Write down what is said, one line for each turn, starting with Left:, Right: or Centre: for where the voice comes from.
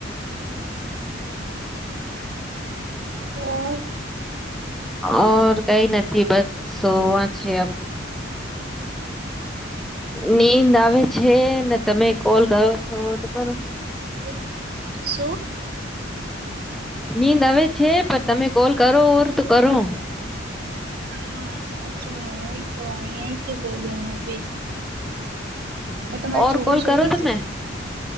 Right: ઓર
Centre: ઓર કઈ નથી બસ સોવા છે. નીંદ આવે છે ને તમે કોલ કરો છો, તો કરો
Right: એ શું
Centre: નીંદ આવે છે પણ તમે કોલ કરો ઓર તો કરો
Right: હા સાચૂ હોય તો અઇયાથી બોલો હું ભી હ તમારી
Centre: ઓર
Right: છોકરી
Centre: કોલ
Right: જોઈ
Centre: કરો તમે
Right: છે.